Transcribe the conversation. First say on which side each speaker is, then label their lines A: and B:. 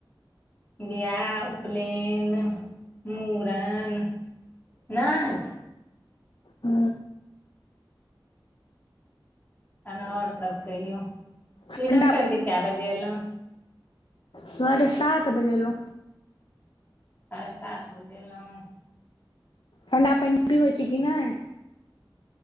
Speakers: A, on the left (about 25°); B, on the left (about 70°).
A: बियाह उपनयन मुड़न नय
B: ह
A: तहन आओर सब कहियौ ट्यूशन
B: ठण्डा
A: पढ़िकऽ
B: पानि
A: कए बजे अयलहुँ
B: साढ़े सात बजे अयलहुं
A: साढ़े सात बजे एलहुँ
B: ठण्डा पइन पिवै छि कि नय